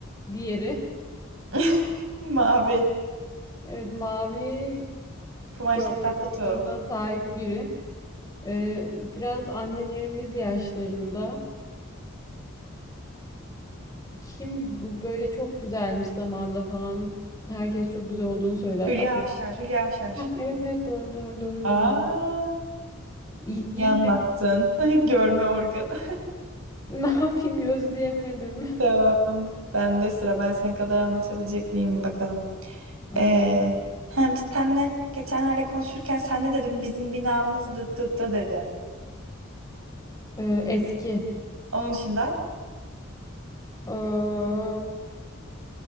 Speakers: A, on the left (about 15°); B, on the right (about 80°).
A: diğeri.
B: <laughs> Mavi,
A: Evet mavi
B: Kıvanç
A: görme
B: Tatlıtuğ,
A: organına sahip biri. Ee, biraz annelerimiz yaşlarında. Kim bu böyle çok güzelmiş zamanında falan. Herkes çok güzel olduğunu söyler.
B: Hülya
A: Aklıma.
B: Avşar, Hülya Avşar.
A: Hah, evet evet doğru doğru doğru
B: Aa,
A: doğru. İyi-
B: iyi
A: İyiydi.
B: anlattın. <laughs> Görme organı.
A: <laughs> Ne yapayım gözleyemedim.
B: <laughs> Tamam. Ben de sıra. Ben sana kadar anlatabilecek miyim bakalım.
A: Anlatırım.
B: Ee, hem biz seninle geçenlerde konuşurken sen ne dedin? Bizim binamız dıt dıt dı dedin.
A: Ee, eski.
B: Onun dışında
A: Ee,